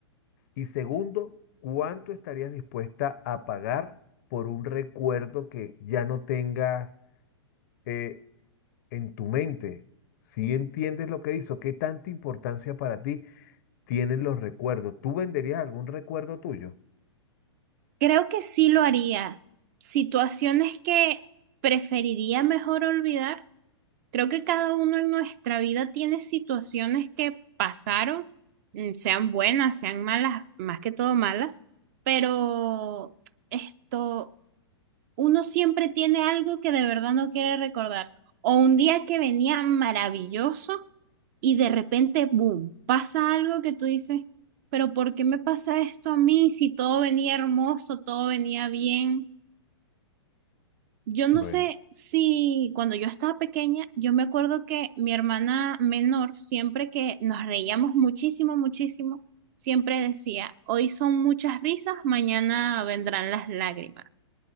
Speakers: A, on the left; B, on the right.
A: Y segundo, ¿cuánto estarías dispuesta a pagar por un recuerdo que ya no tengas eh, en tu mente? Si entiendes lo que hizo, ¿qué tanta importancia para ti tienen los recuerdos? ¿Tú venderías algún recuerdo tuyo?
B: creo que sí lo haría. Situaciones que preferiría mejor olvidar. Creo que cada uno en nuestra vida tiene situaciones que pasaron, mm, sean buenas, sean malas, más que todo malas, pero esto uno siempre tiene algo que de verdad no quiere recordar. O un día que venía maravilloso y de repente, boom, pasa algo que tú dices, pero ¿por qué me pasa esto a mí si todo venía hermoso, todo venía bien? Yo no
A: Bueno,
B: sé si cuando yo estaba pequeña, yo me acuerdo que mi hermana menor, siempre que nos reíamos muchísimo, muchísimo, siempre decía, hoy son muchas risas, mañana vendrán las lágrimas.